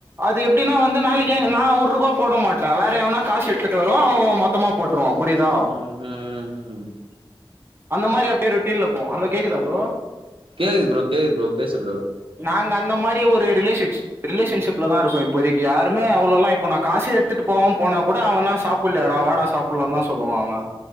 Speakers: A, on the right (about 25°); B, on the right (about 70°).
A: அது எப்படினா வந்து நாளைக்கு
B: ம்
A: நா ஒர்ருபா போட மாட்ட வேற எவனா காசு எடுத்துட்டு வ ருவா அவ மொத்தமா போட்ருவா புரிதா
B: ம் ம்
A: அந்த மாரி அப்டியே ரொட்டீன்ல போகு ஹலோ கேக்குதா ப்ரோ
B: கேக்குது ப்ரோ கேக்குது ப்ரோ பேசு ப்ரோ
A: நாங்க அந்த மாரி ஒரு ரிலேஷிப்ஸ் ரிலேஷன்ஷிப்லதா இருக்கோ இப்போதைக்கு யாருமே அவ்ளோலா இப்ப நா காசே எடுத்துட்டு போகாம போனா கூட அவனா சாப் ப்புல்லயாடா வாடா சாப்படலான்தா சொல்லுவா அவ